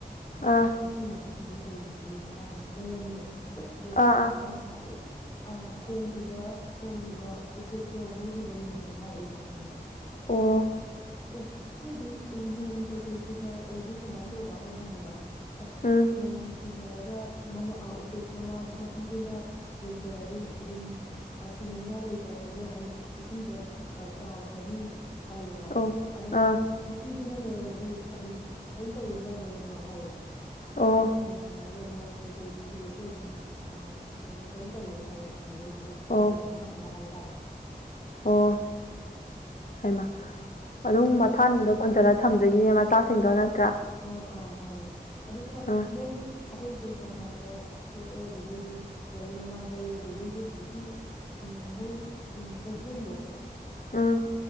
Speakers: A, on the left; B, on the left.
A: ꯑꯗ
B: ꯑꯥ
A: ꯏꯁꯤꯡ ꯃꯊꯛꯇꯨꯕꯨ ꯀꯩꯅꯣ ꯌꯦꯡꯀꯥꯟꯗ ꯂꯩꯔꯝꯃꯦ ꯑꯗꯣ
B: ꯑꯥ ꯑꯥ
A: ꯉꯁꯥꯏ ꯑ ꯈꯣꯡꯈꯤꯕ ꯈꯣꯡꯔꯤꯕ ꯎꯆꯦꯛꯇꯣ ꯃꯣꯏꯒꯤ ꯃꯔꯨꯝꯅꯦ ꯍꯥꯏꯔꯛꯏꯕ ꯈꯪꯕ꯭ꯔ
B: ꯑꯣ
A: ꯑꯁꯦ ꯑꯦ ꯑꯗꯨ ꯑꯣꯏꯔꯗꯤ ꯑ ꯅꯣꯡ ꯀꯩ ꯀꯩ ꯆꯨꯊꯔꯗꯤ ꯀꯔꯃꯥꯏ ꯇꯧꯕ ꯑꯩꯈꯣꯏ ꯍꯪꯉꯦꯕ ꯑꯁ
B: ꯎꯝ
A: ꯅꯣꯡ ꯆꯨꯊꯔꯒ ꯃꯃꯥ ꯑ ꯎꯆꯦꯛ ꯃꯃꯥꯗꯨ ꯃꯄꯤꯗꯨꯅ ꯂꯩꯇꯔꯗꯤ ꯑꯗꯨꯝ ꯑ ꯁꯦꯟꯅꯅꯤꯡꯉꯥꯏ ꯂꯩꯇꯔꯕꯅꯦ ꯑꯗꯨꯝ ꯏꯁꯤꯡꯗ ꯑ ꯇꯥꯎꯈ꯭ꯔꯅꯤ ꯍꯥꯏꯌꯦꯕꯀꯣ
B: ꯑꯣ
A: ꯑꯗꯣ
B: ꯑꯥ
A: ꯃꯄꯤꯗꯨꯅ ꯂꯩꯔꯝꯃꯗꯤ ꯑꯗꯨꯝ ꯀꯩꯝ ꯇꯧꯔꯣꯏ ꯃꯥꯏ ꯃꯔꯨꯝꯗꯣ ꯍꯥꯏꯌꯦꯕ
B: ꯑꯣ
A: ꯃꯥꯅ ꯑꯗꯨꯝ ꯁꯦꯟꯅꯔꯒ ꯅꯣꯡ ꯀꯩ ꯀꯩ ꯆꯨꯔꯁꯨ ꯗꯨ ꯑꯗꯨꯝ ꯑ ꯀꯩꯅꯣ ꯀꯩꯝ ꯇꯧꯔꯣꯏ ꯍꯥꯏꯌꯦꯕ ꯑꯗꯨꯗꯩꯗꯤ ꯑꯩꯁꯦ ꯑꯩꯈꯣꯏꯁꯦ
B: ꯑꯣ
A: ꯌꯥꯝ ꯉꯛꯑꯕ ꯍꯥꯏꯇꯥꯔꯦ
B: ꯑꯣ ꯍꯩꯃꯥ ꯑꯗꯨꯝ ꯃꯊꯥꯅꯨꯡꯗ ꯀꯣꯟꯖꯜꯂ ꯊꯝꯗꯣꯏꯅꯤꯅꯦ ꯃꯆꯥꯁꯤꯡꯗꯣ ꯅꯠꯇ꯭ꯔꯥ
A: ꯑꯥ ꯑꯥ ꯃꯥꯟꯅꯦ ꯑꯗꯨꯒ
B: ꯑꯥ
A: ꯃꯣꯏ ꯑꯈꯣꯏꯁꯦ ꯀꯪꯐꯥꯟꯗ ꯊꯣꯛꯑꯦ ꯑꯗꯨꯗꯩꯗꯤ ꯒꯥꯔꯤ ꯃꯃꯥꯏ ꯂꯩꯔꯦ ꯑꯗꯨꯗꯩꯗꯤ ꯍꯧꯖꯤꯛꯀꯤ ꯎꯝ ꯃꯣꯏ ꯎꯝ ꯀꯩꯊꯦꯟꯗꯣ
B: ꯎꯝ